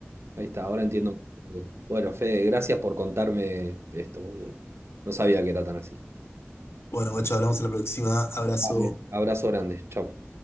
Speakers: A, on the right; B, on the left.
A: Ahí está, ahora entiendo. Bueno, Fede, gracias por contarme esto, boludo. No sabía que era tan así.
B: Bueno, guacho, hablamos en la próxima. Abrazo.
A: Vale. Abrazo grande. Chau.